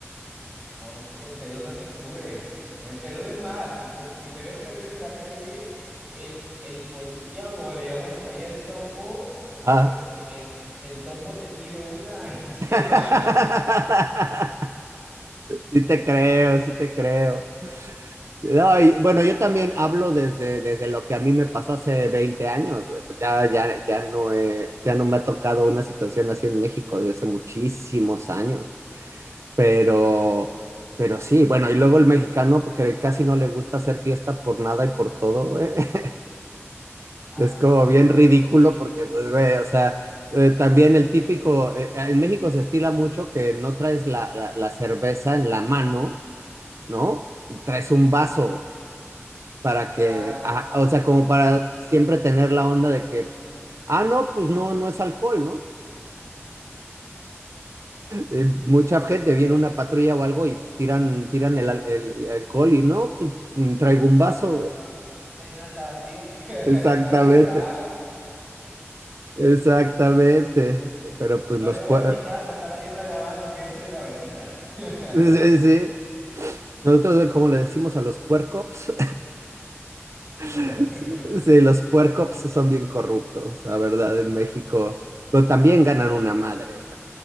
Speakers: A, on the right; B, on the right.
A: Hombre, en Perú no te suben. En Perú es más, si te, si te ven bebiendo en la calle, el, el policía, o como le llamamos allá, el tombo, pues
B: Ah.
A: el, el tombo te pide una <laughs> y se
B: <laughs>
A: va.
B: Sí te creo, sí te creo. No, y, bueno, yo también hablo desde, desde lo que a mí me pasó hace 20 años, güey. Pues Ya, ya, ya no he- ya no me ha tocado una situación así en México desde hace muchísimos años. Pero, pero sí, bueno, y luego el mexicano pues, que casi no le gusta hacer fiesta por nada y por todo, güey. <laughs>
A: Ah,
B: Es como
A: no,
B: bien ridículo
A: pues.
B: porque, pues, güey, o sea, eh, también el típico, eh, eh, en México se estila mucho que no traes la, la, la cerveza en la mano, ¿no? Traes un vaso para que,
A: Claro.
B: ah, o sea, como para siempre tener la onda de que, ah, no, pues no, no es alcohol, ¿no? eh, mucha gente viene una patrulla o algo y pues, tiran, tiran el, al- el alcohol y no, pues mm, traigo un vaso.
A: Pues no, no hay nada, está vacío. <laughs> Lo
B: Exactamente,
A: estaba yendo a lavar.
B: exactamente.
A: <laughs>
B: Pero pues los
A: No llevo
B: puer...
A: en mi casa, estaba yendo a lavarlo, pedírselo a la vecina. <laughs>
B: <laughs> Sí, sí. Nosotros, eh, como le decimos a los puercops, <laughs>
A: Los puercos.
B: sí, los puercops son bien corruptos, la verdad, en México. Pero también ganan una madre.